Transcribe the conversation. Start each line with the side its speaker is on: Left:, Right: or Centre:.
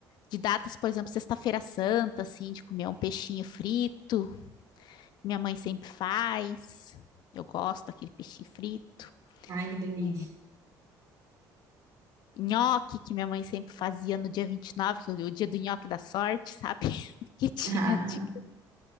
Left: de datas, por exemplo, Sexta-feira Santa, assim, de comer um peixinho frito. Minha mãe sempre faz. Eu gosto daquele peixinho frito.
Right: Ai, que delícia.
Left: É,
Right: <laughs>
Left: nhoque que minha mãe sempre fazia no dia 29, que é o dia do nhoque da sorte, sabe? <laughs> Que tinha,
Right: Ah,
Left: de-